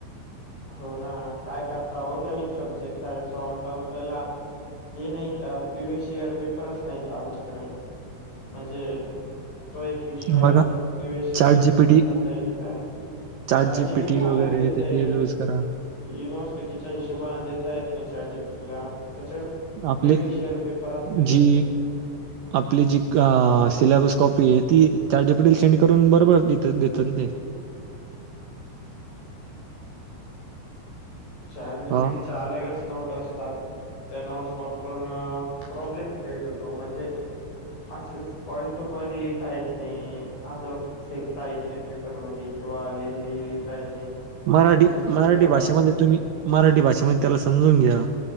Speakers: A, on the left (about 55°); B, on the right (about 80°).
A: हो ना काय करता हो नवीन सब्जेक्ट आहे सॉम टम त्याला हे नाहीत प्रिवियस इयर पेपरच नाहीत आमच्याकडे म्हणजे तो एक विषय आहे
B: बघा
A: प्रिवेशर
B: चाट
A: आणि
B: जीपीटी
A: पेपर कसा येईल काय
B: चाट
A: चार
B: जीपीटी
A: जीबी ट अलग
B: वगैरे
A: देतय
B: त्याची यूज
A: युनिव्हर्सिटीच्या
B: करा
A: हिशोबाने देता येत नाही चारजीपीला त्याच्याकडे प्रिविस
B: आपले
A: शअर पेपर असले
B: जी
A: तर
B: आपली जी सिलेबस कॉपी आहे ती चारजपटील सेंड करून बरोबर द देतात ते
A: चार जी
B: हा
A: पीटी चालकच नोट असतात त्या नोटस वापरून प्रॉब्लेम क्रिएट होतात तो म्हणजे असेच पॉईंट टू पॉईंट लिहता आहेत नाही असं फेकता येत नाही पेपरमध्येध किंवा लें लिहिता येत नाही
B: मराठी
A: मग मज कस
B: मराठी
A: ल यावं
B: भाषेमध्ये
A: लागतं
B: तुम्ही मराठी भाषेमध्ये त्याला समजून घ्या